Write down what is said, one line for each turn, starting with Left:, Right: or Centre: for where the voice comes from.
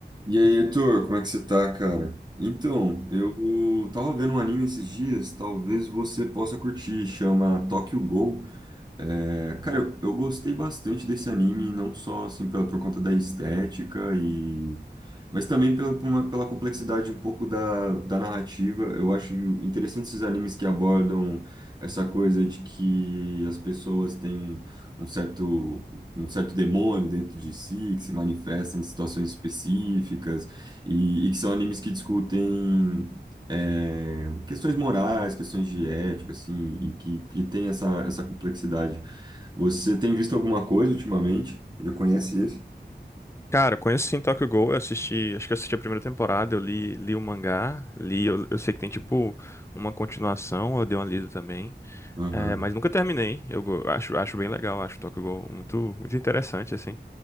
Right: E aí, Heitor, como é que você tá, cara? Então, eu tava vendo um anime esses dias, talvez você possa curtir, chama Tokyo Ghoul. É, cara, eu, eu gostei bastante desse anime, não só assim pela, por conta da estética e mas também pela, por uma- pela complexidade um pouco da, da narrativa. Eu acho interessante esses animes que abordam essa coisa de que as pessoas têm um certo, um certo demônio dentro de si, que se manifesta em situações específicas, e, e que são animes que discutem é, questões morais, questões de ética, assim, e que, que tem essa, essa complexidade. Você tem visto alguma coisa ultimamente? Já conhece esse?
Left: Cara, eu conheço sim Tokyo Ghoul, eu assisti, acho que eu assisti a primeira temporada, eu li, li o mangá, li, eu, eu sei que tem tipo uma continuação, eu dei uma lida também,
Right: Aham.
Left: é, mas nunca terminei, eu go- acho, acho bem legal, acho Tokyo Ghoul muito, muito interessante, assim.